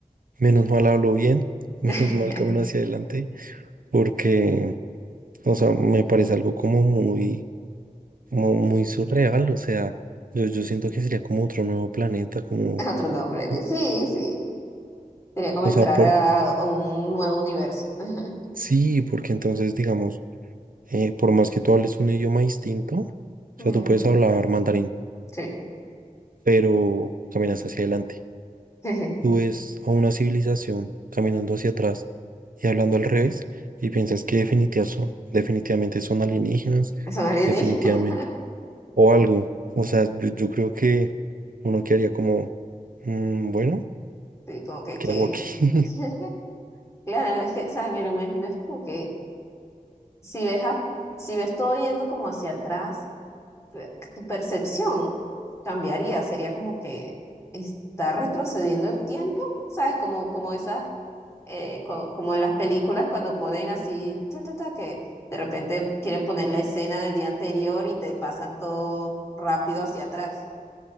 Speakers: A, on the right; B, on the left.
A: menos mal hablo bien, <laughs> menos
B: <laughs>
A: mal camino hacia adelante, porque, o sea, me parece algo como muy, como muy surreal. O sea, yo, yo siento que sería como otro nuevo planeta, como,
B: Otro nombre.
A: o
B: Sí, sí. Sería como
A: o
B: entrar
A: sea, por,
B: a un nuevo universo. <laughs>
A: sí, porque entonces, digamos, eh, por más que tú hables un idioma distinto, o
B: Mm,
A: sea, tú puedes hablar mandarín,
B: sí,
A: pero caminas hacia adelante.
B: <laughs>
A: Tú ves a una civilización caminando hacia atrás y hablando al revés y piensas que definitiva son- definitivamente son alienígenas,
B: son alienígenas.
A: definitivamente,
B: <laughs>
A: o algo. O sea, yo, yo creo que uno quedaría como, "Mm, bueno,
B: Sí, como que, que...
A: ¿qué hago aquí? <laughs>
B: <laughs> Claro, es que, ¿sabes? Me lo imagino, es como que si ves, a- si ves todo yendo como hacia atrás, eh, tu percepción cambiaría, sería como que está retrocediendo el tiempo, ¿sabes? Como, como esas, eh, co- como en las películas cuando ponen así, ta, ta, ta, que de repente quieren poner la escena del día anterior y te pasan todo rápido hacia atrás.